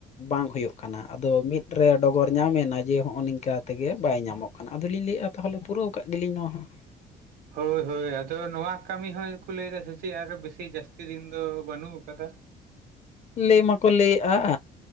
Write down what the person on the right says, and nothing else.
ᱦᱳᱭ ᱦᱳᱭ ᱟᱫᱚ ᱱᱚᱣᱟ ᱠᱟᱹᱢᱤ ᱦᱚᱸᱠᱚ ᱞᱟᱹᱭ ᱮᱫᱟ ᱥᱮ ᱪᱮᱫ ᱟᱨ ᱵᱮᱥᱤ ᱡᱟᱹᱥᱛᱤ ᱫᱤᱱ ᱫᱚ ᱵᱟᱹᱱᱩᱜ ᱟᱠᱟᱫᱟ